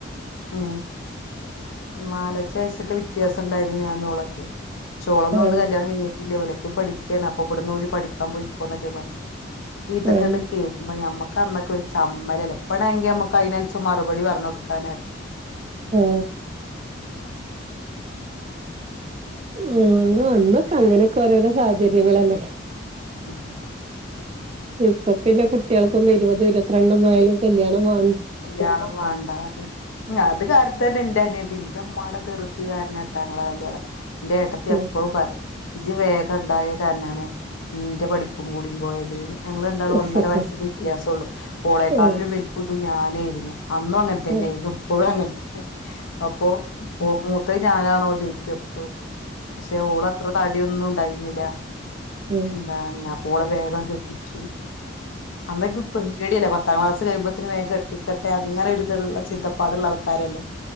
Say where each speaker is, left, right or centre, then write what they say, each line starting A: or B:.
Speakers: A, on the left; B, on the right.
A: ആ നാലഞ്ചയസറ്റെ വിത്യാസണ്ടായ്ര്ന്നു ഞാനും ഓളൊക്കെ ചോളംന്ന്ന്ന്
B: ആഹ്
A: പറ്ഞ്ഞ് കല്യാണം കഴിഞ്ഞിട്ടില്ല ഓലൊക്കെ പഠിക്കാണ് അപ്പ ഇബട്ന്ന് ഓല് പഠിക്ക സംഭവിക്കാേന്നൊക്കെപ്പ ഈതൊക്കെണ്ട്
B: ആഹ്
A: കേക്കുംമ്പ ഞമ്മ <unintelligible> അന്നൊക്കെരു ചമ്മ <unintelligible> <unintelligible> അയ്നൻ സമാ മറുപടി പർഞ് കൊടുക്കാ <unintelligible>
B: ആ ആ അന്ന് അന്നൊക്കെ അങ്ങനെക്കെ ഓരോ സാഹചര്യങ്ങളല്ലേ
A: ഉം
B: ഇപ്പ പിന്നെ കുട്ടികൾക്കോന്നും ഇരുപതും ഇരുപത്രണ്ടെന്നായാലും കല്യാണം വാ
A: കല്യാണം വേണ്ട അതെന്നെ അത് കാര്യം തന്നെ എന്റെ അനിയത്തി. എന്റെ ഉമ്മടെ ധൃതി കാരണട്ടോ ഞങ്ങടെ കല്യാണം. എന്റെ ഏട്ടത്തി
B: ഉം
A: എപ്പോഴും പറയും. ഇജ് വേഗം ഉണ്ടായ കാരണാണ് ഇന്റെ പഠിപ്പും കൂടും പോയത് എന്ന്. ഞങ്ങള് രണ്ടാളും
B: ആഹ്
A: ഒന്നര വയസ്സിന്റെ വ്യത്യാസവുള്ള ഓളെക്കാട്ടിലും
B: ആഹ്
A: വലുപ്പം തോന്നും. ഞാനെയിരുന്നു അന്നും അങ്ങനെ തന്നെയായിരുന്നു,
B: ആഹ്
A: ഇപ്പോഴും അങ്ങനെ തന്നെ അപ്പൊ പോകുമ്പോ. അത് ഞാനാണോ എന്ന് ചോദിക്കും എപ്പോ. പക്ഷെ ഓള് അത്ര താടിയൊന്നും. തായിഞ്ഞില്ല
B: ആഹ്
A: എന്താണ് ഞാൻ ഓളെ. വേഗം കെട്ടിച്ച് അന്നൊക്കെ പേടിയല്ലേ പ പത്താം ക്ലാസ്സ് കഴിയുമ്പോ. ത്തിന് വേഗം കെട്ടിക്കട്ടെ അങ്ങനെ ഒരു ഇതുള്ള ചിന്തപ്പാടുള്ള ആൾക്കാരല്ലേ.